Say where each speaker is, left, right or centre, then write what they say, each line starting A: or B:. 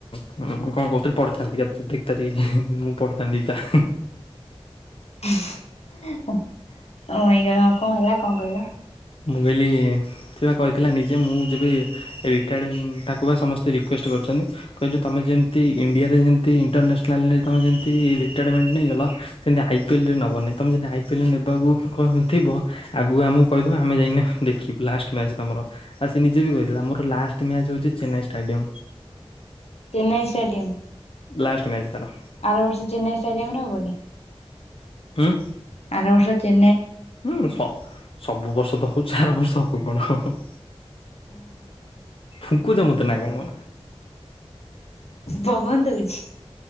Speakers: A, on the left; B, on the left.
A: କଣ କହୁଉଥିଥିଲ ପଢିଥାନ୍ତି ଦେଖାର ମୁଁ ପଢିଥାନ୍ତିା
B: ଏଇ କଣ ହେଲା କଣ କହିଲ?
A: ମୁଁ କହିଲି ଥିବା କହିଥିଲା ନିଜେ ମୁଁ ଯେବେ ରିଟାୟାର୍ଡ଼ ତାକୁ ବା ସମସ୍ତେ ରିକ୍ୱେଷ୍ଟ କରୁଛନ୍ତି। କହଛ ତମେ ଯେମିତି ଇଣ୍ଆରେ ଯେମତି ଇଣ୍ଟାସନାଲ ଲରେ ତମିତି ରିଟାୟାରମେଣ୍ଟ ନେଇ ଗଲ। ସେମିତି ଆଇ ପିଏଲ ରେ ନବନାଇଁ ତମେ ଯଦି ଆଇ ପିଏଲ ନେବାକୁ ଥିବ ଆଗୁ ଆମକୁ କହି ତେ ଆମେ ଯାଇକ ଦେଖିବୁ ଲଷ୍ଟ ମଚ ତମର ଆଉ ସେ ନିଜେ ବି କହିଥିଲା ଆମର ଲାଷ୍ଟ ମ୍ୟାଚ ହଉଛି Chennai stadium
B: Chennai stadium.
A: Last match ତାର
B: ଆର ବର୍ଷ ଚେନ୍ନାଇ ଷ୍ଟାଡିୟମ ରେ ହବ କି?
A: ଉଁ?
B: ଆରର୍ଷ ଚେ
A: ହୁଁ ସବୁ ବର୍ଷ ତ ହଉ ଚାର ବର୍ଷ ହବ କଣ ହ
B: ହଁ ହଁ।
A: ଫୁଙ୍କୁ ଜ ମୋତେନାେଣା।
B: ପବନ ହଉଛି।